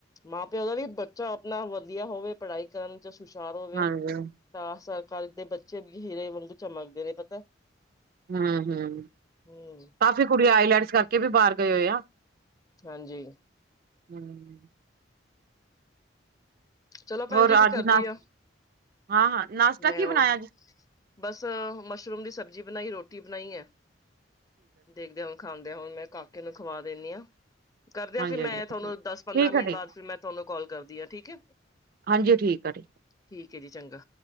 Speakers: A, on the left; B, on the right.
A: ਮਾਂ ਪਿਓ ਦਾ ਵੀ ਬੱਚਾ ਨਾ ਵਧੀਆ ਹੋਵੇ ਪੜ੍ਹਾਈ ਕਰਨ ਚ ਸੁਸ਼ਾਰ ਹੋਵੇ
B: ਹਾਂਜੀ
A: ਤਾਂ ਸਰਕਾਰੀ ਦੇ ਬੱ ਚੱਬ ਹੀਰੇ ਵਾਂਗੂੰ ਚਮਕਦੇ ਨੇ ਪਤਾ।
B: ਹੂੰ-ਹੂੰ
A: ਹੂੰ
B: ਕਾਫ਼ੀ ਕੁੜੀ ਆਈਲੈਟਸ ਕਰਕੇ ਵੀ ਬਾਰ ਗਏ ਹੋਏ ਆ।
A: ਹਾਂਜੀ।
B: ਹੂੰ।
A: ਚਲੋ
B: ਹੋਰ
A: ਭੈਨ ਜੀ ਫੇਰ
B: ਅੱਜ
A: ਕਰਦੀ
B: ਨਾਸ਼
A: ਆ,
B: ਹਾਂ ਹਾਂ ਨਾਸ਼ਤਾ
A: ਮੈਂ
B: ਕੀ
A: ਓ
B: ਬਣਾਇਆ ਜੀ
A: ਬਸ ਮਸ਼ਰੂਮ ਦੀ ਸਬਜ਼ੀ ਬਨਾਈ ਰੋਟੀ ਬਨਾਈ ਐ, ਦੇਖਦੇ ਆ ਹੁਨ ਖਾਂਦੇਆਂ ਹੁਨ ਮੈਂ ਕਾਕੇ ਨੂੰ ਖਵਾ ਦਿੰਨੀ ਆਂ, ਕਰਦੇਆਂ
B: ਹਾਂਜੀ
A: ਫੇਰ
B: ਹਾਂਜੀ
A: ਮੈਂ ਤੁਆਨੂੰ ਦਸ ਪੰਦਰਾਂ
B: ਠੀਕ ਆ
A: ਮਿੰਟ
B: ਠੀਕ
A: ਬਾਦ ਫਿਰ ਮੈਂ ਤੁਆਨੂੰ ਕੌਲ ਕਰਦੀ ਆਂ ਠੀਕ ਐ।
B: ਹਾਂਜੀ ਠੀਕ ਐ ਠੀ
A: ਠੀਕ ਐ ਜੀ ਚੰਗਾ।